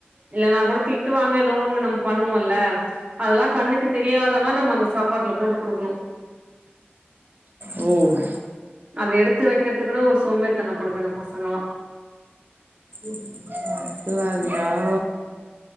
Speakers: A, on the right; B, on the right.
A: இல்ல நா கூட திட்டு வாங்க ஏதோ ஒன்னு நம்ம பண்ணுவோம்ல அதெல்லா கண்ணுக்கு தெரியாத மாரி நம்ம அங்க சாப் பாட்ல போட்டு குடுக்கணு
B: ம்
A: அது எடுத்து வக்கிறது கூட ஒரு சோம்பேறி தனப்படுதுங்க பசங்களல்லா
B: இது வேறயா